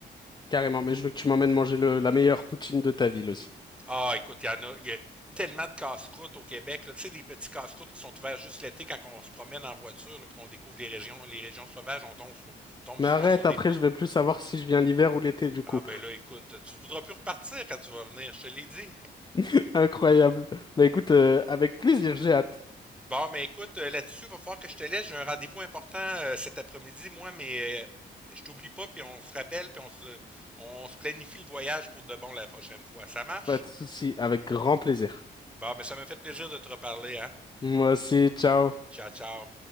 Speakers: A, on the left; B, in the centre.
A: Carrément, mais je veux que tu m'emmènes manger le- la meilleure poutine de ta ville aussi.
B: Ah, écoute, il y en a, il y a tellement de casse-croûtes au Québec. là. Tu sais, des petits casse-croûtes qui sont ouverts juste l'été quand on se promène en voiture, là, puis qu'on découvre les régions, les régions sauvages, on tombe, sou- tombe
A: Mais
B: souvent
A: arrête,
B: sur des...
A: après je vais plus savoir si je viens l'hiver ou l'été du coup.
B: Ah ben là, écoute, tu voudras plus repartir quand tu vas venir, je te l'ai dit.
A: <laughs> Incroyable. Bah écoute, euh, avec plaisir, j'ai hâte.
B: Bon, ben écoute, euh, là-dessus, il va falloir que je te laisse. J'ai un rendez-vous important euh, cet après-midi, moi, mais euh, je t'oublie pas, puis on se rappelle, puis on se, on se planifie le voyage pour de bon la prochaine fois. Ça marche?
A: Pas de souci, avec grand plaisir.
B: Bon, ben ça m'a fait plaisir de te reparler, hein?
A: Moi aussi, ciao.
B: Ciao, ciao.